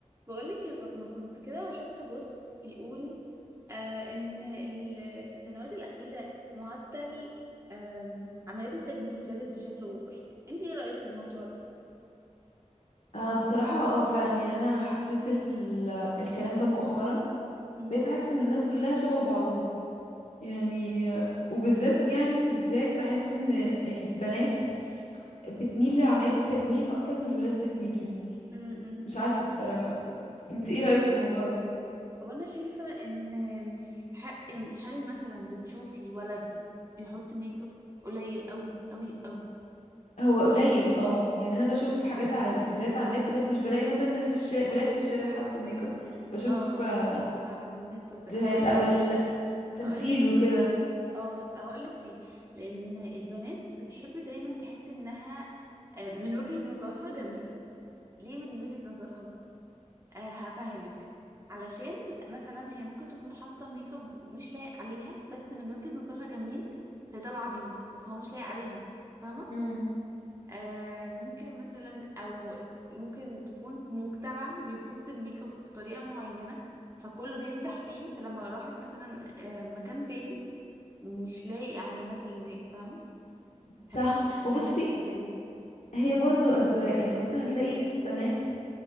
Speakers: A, on the right; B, on the left.
A: بقولك يا فاطمة كنت كده شفت بوست بيقول آه إن السنوات الأخيرة معدل آم، عمليات التجميل زادت بشكل أوفر انت ايه رأيك في الموضوع ده؟
B: آه بصراحة اه فعلا يعني انا حسيت ال... الكلام ده مؤخرا
A: امم
B: بقيت احس ان الناس كلها شبه بعضها يعني وبالذات يعني بالذات بحس ان البنات بتميل لعملية التجميل اكتر من الولاد بتميل
A: امم
B: مش عارفة بصراحة انت ايه رأيك في الموضوع ده
A: هو أنا شايفة إن حق يعني هل مثلا بتشوفي ولد بيحط ميك اب قليل قوي قوي قوي
B: هو قليل اه يعني انا بشوف حاجات على فيديوهات على النت بس مش بلاقي مثلا الناس في الشارع ولاد في الشارع حاطة ميك اب بشوف
A: اه
B: آه،
A: على النت وكده
B: فيديوهات
A: هقولك
B: او التمثيل
A: هقولك
B: وكده
A: ليه اه هقولك ليه لان البنات بتحب دايما تحس انها آه، من وجهة نظرها جميلة ليه من وجهة نظرها آه هفهمك علشان مثلا هي ممكن تكون حاطة ميك اب مش لايق عليها بس من وجهة نظرها جميل فطالعة بيه بس هو مش لايق عليها فاهمة
B: امم
A: آه ممكن مثلا او ممكن تكون في مجتمع بيحط الميك اب بطريقة معينة فكله بيمدح فيه فلما راحت مثلا آه، مكان تاني مش لاقي على الناس اللي هناك فاهمة الحاجات
B: صح
A: دي
B: وبصي
A: الحاجات دي بتبان
B: هي برضو أذواق يعني مثلا هتلاقي بنات